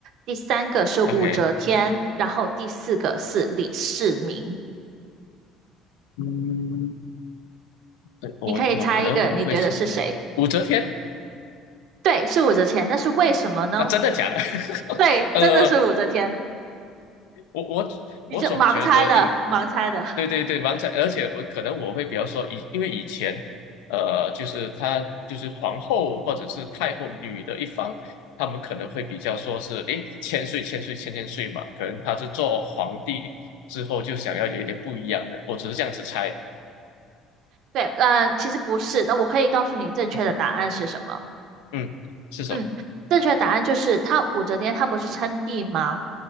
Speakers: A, on the right; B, on the left.
A: 第三个是武则天，
B: ，OK，
A: 然后第四个是李世民。
B: 嗯，对我我可能我会是
A: 你可以猜一个，你觉得是谁？
B: 武则天
A: 对，是武则天，但是为什么呢？
B: 啊，真的假的？<laughs>
A: 对，
B: 呃，
A: 真的是武则天，
B: 我我我总觉得应
A: 你这盲猜的，盲猜的。
B: 对对对，王彩，而且我可能我会比较说以，因为以前，呃，就是他就是皇后或者是太后女的一方，他们可能会比较说是，诶，千岁千岁千千岁嘛，可能她是做皇帝之后就想要有一点不一样的，我只是这样子猜，
A: 对，呃，其实不是，那我可以告诉你正确的答案是什么。
B: <laughs> 嗯，是什么？
A: 嗯，正确的答案就是他武则天她不是称帝吗？